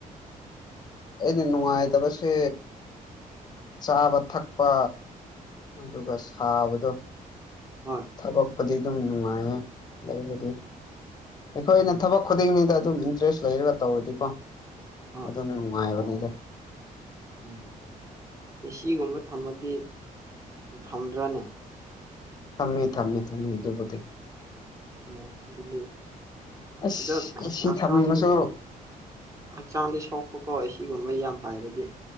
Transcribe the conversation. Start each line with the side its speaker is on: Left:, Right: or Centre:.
Left: ꯑꯩꯅ ꯅꯨꯡꯉꯥꯏꯇꯕꯁꯦ ꯆꯥꯕ ꯊꯛꯄ ꯑꯗꯨꯒ ꯁꯥꯕꯗꯣ
Right: ꯍꯣꯏ
Left: ꯊꯕꯛꯄꯗꯤ ꯑꯗꯨꯝ ꯅꯨꯡꯉꯥꯏꯌꯦ ꯂꯩꯕꯨꯗꯤ ꯑꯩꯈꯣꯏꯅ
Right: ꯎꯝ
Left: ꯊꯕꯛ ꯈꯨꯗꯤꯡꯅꯤꯗ ꯑꯗꯨꯝ ꯏꯟꯇꯔꯦꯁ ꯂꯩꯔꯒ ꯇꯧꯔꯗꯤꯀꯣ
Right: ꯍꯣꯏ
Left: ꯑꯗꯨꯝ ꯅꯨꯡꯉꯥꯏꯕꯅꯤꯗ
Right: ꯎꯝ ꯏꯒꯨꯝꯕ ꯊꯝꯃꯗꯤ ꯊꯝꯗ꯭ꯔꯅꯦ
Left: ꯊꯝꯃꯦ ꯊꯝꯃꯦ ꯊꯝꯃꯦ ꯑꯗꯨꯕꯨꯊ
Right: ꯎꯝ ꯗꯜꯂꯤ
Left: ꯑꯁ
Right: ꯑꯗꯣ ꯍꯥꯡ
Left: ꯑꯦꯁꯤ ꯊꯝꯃꯁꯨ
Right: ꯍꯛꯆꯥꯡꯗꯤ ꯁꯣꯛꯄꯀꯣ ꯁꯤꯒꯨꯝꯕ ꯌꯥꯝ ꯐꯥꯏꯔꯗꯤ